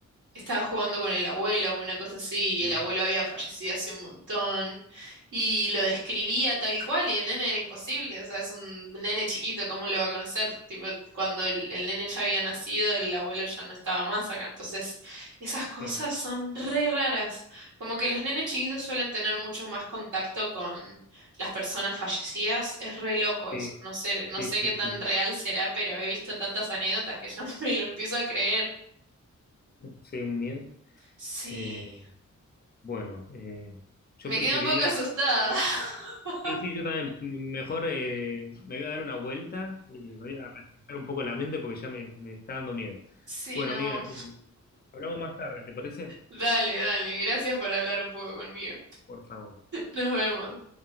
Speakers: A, on the right; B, on the left.
A: estaba jugando con el abuelo o una cosa así, y
B: no,
A: el abuelo había fallecido hace un montón, y lo describía tal cual, y el nene era imposible, o sea, es un nene chiquito, ¿cómo lo va a conocer? Tipo, cuando el, el nene ya había nacido, el abuelo ya no estaba más acá, entonces esas cosas
B: sí,
A: son re raras, como que los nenes chiquitos suelen tener mucho más contacto con las personas fallecidas, es re loco
B: sí,
A: eso, no sé, no
B: sí,
A: sé
B: sí,
A: qué tan
B: sí,
A: real será, pero he visto tantas anécdotas que ya <laughs> me lo empiezo a creer.
B: sí, un miedo.
A: Sí.
B: Eh, bueno, eh, yo
A: Me
B: preferiría
A: quedé un poco asustada.
B: ir a hablar.
A: <laughs>
B: Sí, sí, yo también. Mejor eh, me voy a dar una vuelta y me voy a refrescar un poco la mente porque ya me, me está dando miedo.
A: Sí,
B: Bueno,
A: no.
B: amiga, eh, hablamos más tarde, ¿te parece?
A: Dale, dale. Gracias por hablar un poco conmigo.
B: Por favor.
A: Nos vemos.